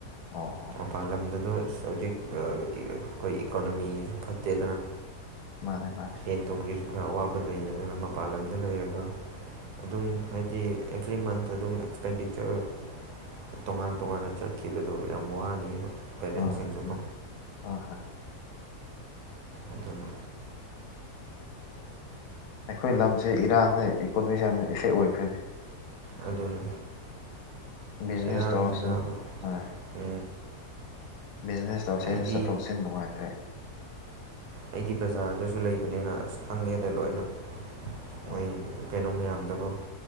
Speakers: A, on the left; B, on the right.
A: ꯑꯣ
B: ꯃꯄꯥꯜ ꯂꯝꯗꯗ ꯍꯧꯖꯤꯛ ꯑꯩꯈꯣꯏ ꯏꯀꯣꯅꯣꯃꯤꯁꯨ ꯐꯠꯇꯦꯗꯅ
A: ꯃꯥꯅꯦ ꯃꯥꯅꯦ
B: ꯁꯦꯟ ꯊꯨꯝꯒꯤꯁꯨ ꯈꯔ ꯑꯋꯥꯕ ꯂꯩ ꯑꯗꯨꯅ ꯃꯄꯥꯟ ꯂꯝꯗ ꯂꯩꯔꯒ ꯑꯗꯨꯝ ꯍꯥꯏꯗꯤ ꯑꯦꯕ꯭ꯔꯤ ꯃꯟꯊ ꯑꯗꯨꯝ ꯑꯦꯛꯁꯄꯦꯟꯗꯤꯆꯔ ꯇꯣꯉꯥꯟ ꯇꯣꯉꯥꯟꯅ ꯆꯠꯈꯤꯕꯗꯣ ꯌꯥꯝ ꯋꯥꯅꯤꯕ ꯄꯦꯔꯦꯟꯁꯤꯡꯁꯨꯀꯣ
A: ꯍꯣꯏ ꯍꯣꯏ ꯃꯥꯅꯦ ꯍꯣꯏ ꯍꯣꯏ
B: ꯑꯗꯨꯅ
A: ꯑꯩꯈꯣꯏ ꯂꯝꯁꯦ ꯏꯔꯥꯡꯁ ꯏꯀꯣꯅꯣꯃꯤꯁꯤꯦ ꯌꯥꯝꯅ ꯏꯐꯦꯛ ꯑꯣꯏ ꯑꯩꯈꯣꯏꯅꯦ
B: ꯑꯗꯨꯅ
A: ꯕꯤꯖꯤꯅꯦꯁ
B: ꯏꯔꯥꯡꯁꯤꯅꯕ
A: ꯇꯧꯔꯁꯨ ꯍꯣꯏ
B: ꯎ
A: ꯕꯤꯖꯤꯅꯦꯁ ꯇꯧꯁꯦ
B: ꯑꯩꯗꯤ
A: ꯆꯠꯊꯣꯛ ꯆꯠꯁꯤꯟ ꯅꯨꯡꯉꯥꯏꯇ꯭ꯔꯦ
B: ꯑꯩꯗꯤ ꯕꯖꯥꯔ ꯗꯁꯨ ꯂꯩꯕꯅꯤꯅ ꯑꯁ ꯈꯪꯉꯦꯗ ꯂꯣꯏꯅ ꯃꯣꯏ
A: ꯑꯥ
B: ꯀꯩꯅꯣ ꯃꯌꯥꯝꯗꯕꯨ